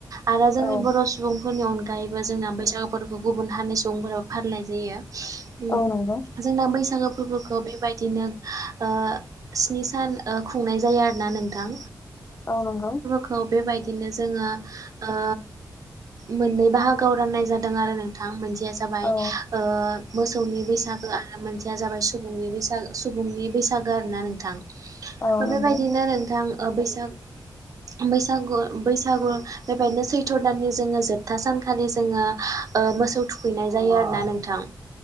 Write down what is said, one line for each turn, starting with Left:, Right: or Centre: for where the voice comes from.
Right: आरो जोंनि
Left: औ
Right: बर' सुबुं- फोरफोरनि अनगायैबो जोंना बैसागु फोरफोरखौ गुबुन हारिनि सुबुंफोराबो फालिनाय जायो। होम
Left: औ नंगौ
Right: जोंना बैसागो फोरबोखौ बेबायदिनो ओ स्नि सान ओ खुंनाय जायो आरोना नोंथां
Left: अ नंगौ
Right: खौ बेबायदिनो जोङो ओ मोननै बाहागोआव राननाय जादों आरो नोंथां मोनसेया जाबाय
Left: औ
Right: ओ मोसौनि बैसागो आरो मोनसेया जाबाय सुबुंनि बैसाग सुबुंनि बैसागो आरो ना नोंथां।
Left: औ नंगौ
Right: बेबायदिनो नोंथां बैसाग बैसागु बैसागु बेबायदिनो सैथ' दाननि जोङो जोबथा सानखालि जोङो मोसौ थुखैनाय जायो आरोना नोंथां